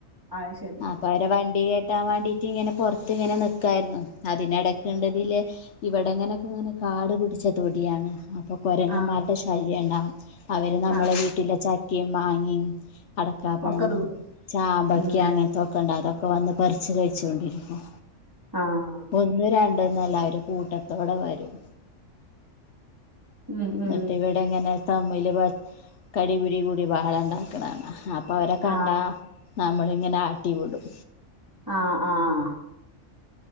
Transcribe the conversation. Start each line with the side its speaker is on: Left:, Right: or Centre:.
Right: അത് ശരി
Left: ആപ്പൊ അവരെ വണ്ടി കിട്ടാൻ വേണ്ടീട്ട് ഇങ്ങനെ പുറത്തിങ്ങനെ നിക്കായിരുന്നു അതിനിടക്ക്ണ്ട് ഇവിടെങ്ങനൊക്കെ ഇങ്ങനെ കാട് പിടിച്ച തൊടിയാണ് ഇപ്പൊ കൊരങ്ങമാരുടെ
Right: ആഹ്
Left: ശല്യണ്ട അവര് നമ്മളെ
Right: ആഹ്
Left: വീട്ടിലെ ച <unintelligible> അടക്കാപ്പഴം
Right: ഒക്കെ ത്
Left: ചാമ്പ <unintelligible>
Right: ഉം
Left: ഒക്കെ വന്ന് പറിച്ച് കഴിച്ചുകൊണ്ടിരിക്കും
Right: ആഹ്
Left: ഒന്നും രണ്ട എന്നല്ലര് കൂട്ടത്തോടെ വരും
Right: ഉം
Left: എന്നിട്ട്
Right: ഉം
Left: ഇവിടെ എങ്ങനെ മൊത്തം വലിയ കടി പിടി കൂടി ബഹ ളണ്ടാക്കണ അപ്പ അവര കണ്ടാ
Right: ആഹ്
Left: <unintelligible> ഇങ്ങനെ ആട്ടി വിടും
Right: ആഹ ആഹ